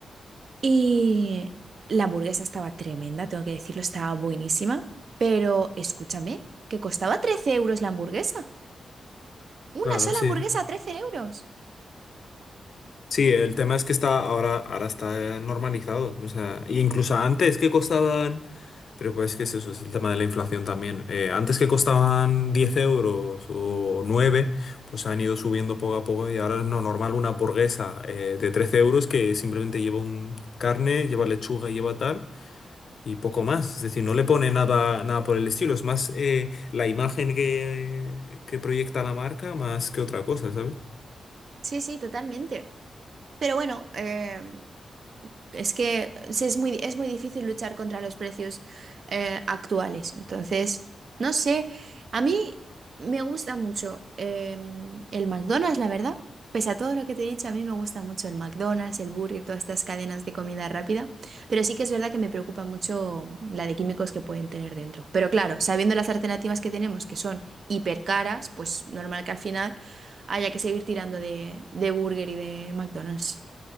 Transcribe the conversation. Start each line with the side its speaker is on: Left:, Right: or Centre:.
Right: Y la hamburguesa estaba tremenda, tengo que decirlo, estaba buenísima. Pero escúchame, que costaba 13 euros la hamburguesa. Una
Left: Claro,
Right: sola
Left: sí.
Right: hamburguesa a 13 euros.
Left: Sí, el tema es que está ahora, ahora está normalizado. O sea, y incluso antes que costaban, pero pues que es eso, es el tema de la inflación también. Eh, antes que costaban 10 euros o 9, pues han ido subiendo poco a poco y ahora es no normal una hamburguesa eh, de 13 euros que simplemente lleva un carne, lleva lechuga y lleva tal. Y poco más, es decir, no le pone nada, nada por el estilo, es más eh, la imagen que, que proyecta la marca más que otra cosa, ¿sabes?
Right: Sí, sí, totalmente. Pero bueno, em, Es que sí, es muy, es muy difícil luchar contra los precios eh, actuales. Entonces, no sé, a mí me gusta mucho eh, el McDonald's, la verdad. Pese a todo lo que te he dicho, a mí me gusta mucho el McDonald's, el Burger, todas estas cadenas de comida rápida. Pero sí que es verdad que me preocupa mucho la de químicos que pueden tener dentro. Pero claro, sabiendo las alternativas que tenemos, que son hiper caras, pues normal que al final haya que seguir tirando de, de Burger y de McDonald's.